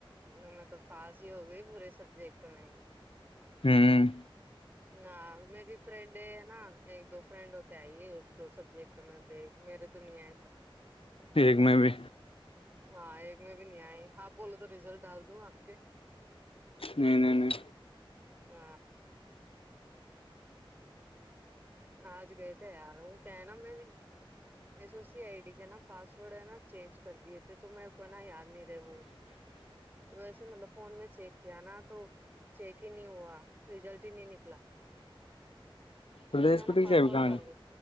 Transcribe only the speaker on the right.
میںط توب پاس ہی ہو گئے پورے سبجیکٹ میں
ہ میری فرینڈ ہے نا ایک دو فرینڈ ہو کے آئی ہے ایک دو سبجیکٹ تو میں بیے میرے تو نہیں آئے پر
ہاں ایک میں بھی نہیں آئے آپ بولو تو ریزلٹ ڈال دوں آپ کے
ہ آج گئے تھے یار وہ کہ نا میں نے ایسو سی آئی ڈی کے نا پاسورڈ ہے نا چینج کر دیے تھے تو میرے کو ہے نا یاد نہیں رہے وہ
تو ویسے مطلب فون میں چیک کیا نا تو چیک ہی نہیں ہوا ریزلٹ ہی نہیں نکلا
اس میں نا
پاسورڈ
مانگے